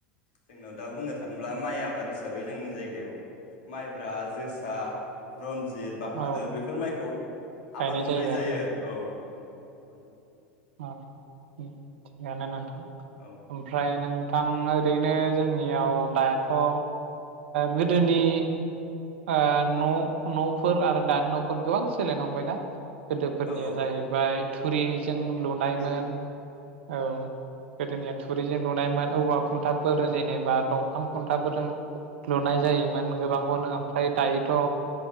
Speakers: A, on the left; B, on the right.
A: जोंनाव दा बुंनो थाङोब्ला माइ आबाद हिसाबै जोंनि जायगायाव माइब्रा, जोसा, रनजित जित बाहादोर
B: औ
A: बेफोर माइखौ
B: गायनाय
A: आबाद मावनाय जायो।
B: आरोना
A: आरो औ औ ओं
B: अ ओं थिगानो नोंथां
A: औ
B: ओमफ्राय नोंथां ओरैनो जोंनि जोंनियाव दाथ' ओ
A: औ
B: गोदोनि ओ न नफोर आरो दानि नफोर गोबां सोलायनो हमबाय ना। गोदोफोरनिया
A: औ औ
B: जाहैबाय थुरिनि जों लुनायमोन
A: गो
B: औ गोदोनिया थुरिजों लुनायमोन औवा खुन्थाफोर जेनेबा दंफां खुन्थाफोरजों लुनाय जायोमोन गोबांखौनो ओमफ्राय दायोथ ओ